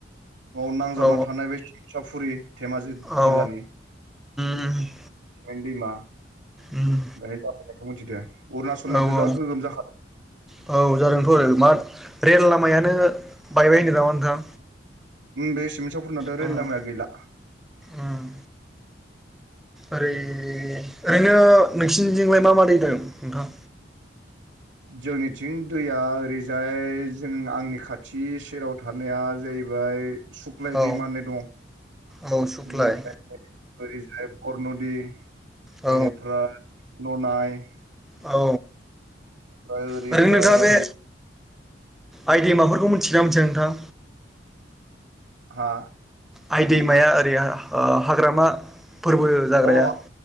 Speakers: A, on the right; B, in the centre.
A: आव नांजाबना
B: औ
A: थानाय बे साफुरि धेमाजि
B: औ औ
A: जिल्लानि
B: उम
A: मेन दैमा
B: उम
A: बेहाय जाफैनायखौ मिथिदों‌ अरुणाचलनाथ'
B: औ औ
A: जा गोगोम जाखादों
B: औ जादोंथ' आरो मा रेल लामायानो बायबाय होनदों नामा नोंथां
A: बे सिमेन साप'रिनाथ'
B: उम
A: रेल लामाया गैला
B: उम ओरै
A: उम
B: ओरैनो नोंसिनिजोंलाय मा मा दै दं नोंथां?
A: जोंनिथिं दैया ओरैजाय जों आंनि खाथि सेराव थानाया जो हैबाय सुख्लाय
B: औ
A: दैम होननाय दं।
B: औ सुख्लाय
A: बेनिफ्राय ओरैजाय बरनदि
B: औ
A: बेनिफ्राय ननाय
B: औ
A: ओमफाय ओरैजाय
B: ओरैनो नोंथाङा बे आइ दैमाफोरखौ मिथिगोना मिथिया नोंथां
A: हा?
B: आइ दैमाया ओरै ओ हाग्रामा फोरबो जाग्राया
A: अ